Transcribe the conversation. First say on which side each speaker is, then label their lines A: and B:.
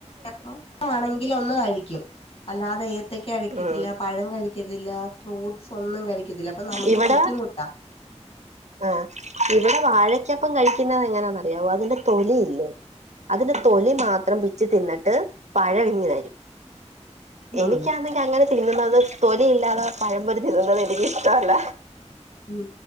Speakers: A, on the left; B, on the right.
A: അപ്പൊ ആണെങ്കില ഒന്ന് കഴിക്കും. അല്ലാതെ ഏത്തക്ക കഴിക്കത്തില്ല
B: ഉം
A: പഴം കഴിക്കത്തില്ല. ഫ്രൂട്ടസ് ഒന്നും കഴിക്കത്തില്ല അപ്പൊ നമുക്ക്
B: ഇവിടെ
A: ബുദ്ധിമുട്ടാ
B: ആഹ് ഇവിടെ വാഴക്കപ്പം കഴിക്കുന്നത് എങ്ങനാന്നറിയാവോ അതിന്റെ തൊലി ഇല്ലേ അതിന്റെ തൊലി മാത്രം പിച്ചി തിന്നിട്. രും <inaudible>
A: ഉം
B: എനിക്കാണെങ്കിഅങ്ങനെ തിന്നുന്നത് തൊലി ഇല്ലാതെ പയംപൊരി തിന്നുന്നത് എനികഷ്ടവ ല്ല.
A: ഉം